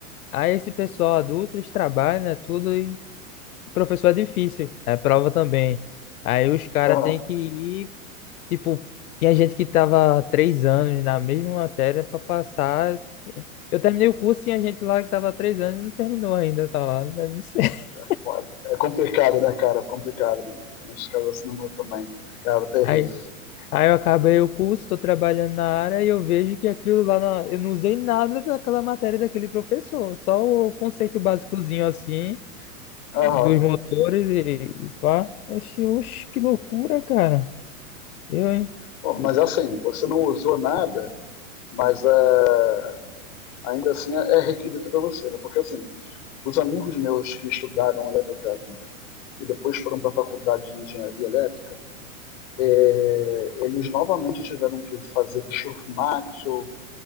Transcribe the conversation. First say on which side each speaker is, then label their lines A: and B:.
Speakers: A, on the left; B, on the left.
A: Aí esse pessoal adulto, eles trabalham, né, tudo, e Professor é difícil, é prova também. Aí os caras
B: aham.
A: têm que ir, tipo, tinha gente que tava três anos na mesma matéria para passar. Eu terminei o curso, tinha gente lá que tava três anos e não terminou ainda, tá lá. né, não sei. <laughs>
B: É foda. É complicado, né, cara? É complicado. Né? Tem uns caras assim no meu também. Cara, terrível.
A: Aí, aí eu acabei o curso, estou trabalhando na área e eu vejo que aquilo lá, na- eu não usei nada daquela matéria daquele professor, só o conceito básicozinho assim, dos
B: Aham.
A: motores e, e pá. Oxi, oxi, que loucura, cara. Eu, hein?
B: Bom, mas assim, você não usou nada, mas é, ainda assim é é requisito para você, né? Porque assim, os amigos meus que estudaram eletrotécnica e depois foram para a faculdade de engenharia elétrica, é, eles novamente tiveram que fazer Kirchhoff Maxwell,